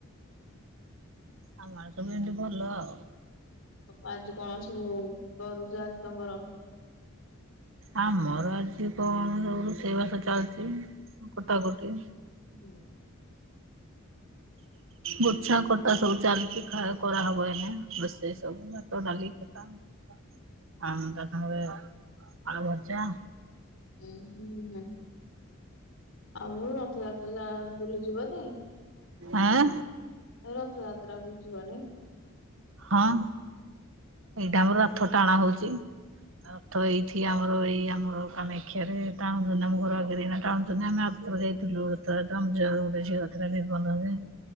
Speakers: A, on the right; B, on the left.
A: ଆମ ଆଡ଼େ ସବୁ ଏନ୍ତି ଭଲ ଆଉ।
B: ଅ ଆଜି କଣ ସବୁ କରୁଛ ଆଜି ତମର?
A: ଆମର ଆଜି କଣ ସବୁ ରୋଷେଇ ବାସ ଚାଲିଛି ଅଁ କଟା କଟି।
B: ହୁଁ।
A: ଗୁଚ୍ଛା କଟା ସବୁ ଚାଲିଛି ଖା କରା ହବ ଏଇନେ ରୋଷେଇ ସବୁ ଭାତ ଡାଲି ଆଉଁ ତା ସାଙ୍ଗରେ ଆଳୁ ଭଜା।
B: ଉଁ ହୁଁ ହୁଁ ଆଉ ରଥଯାତ୍ରା ଯା ବୁଲି ଯିବନି?
A: ଆଁ?
B: <unintelligible> ରଥଯାତ୍ରା ବୁଲି ଯିବନି?
A: ହଁ ଏଇଟା ଆମର ରଥ ଟାଣା ହଉଛି। ରଥ ଏଇଠି ଆମର ଏଇ ଆମର କାମାକ୍ଷା ରେ ଟାଣୁଛନ୍ତି ଆମ ଘର ଆଗରେ କିନା ଟାଣୁଛନ୍ତି। ଆମେ ଆ ଥର ଯାଇଥିଲୁ ରଥଯାତ୍ରା, ଆମ ଝିଅର ଗୋଟେ ଝିଅ ରଥରେ ନିର୍ବନ୍ଧ ହୁଏ।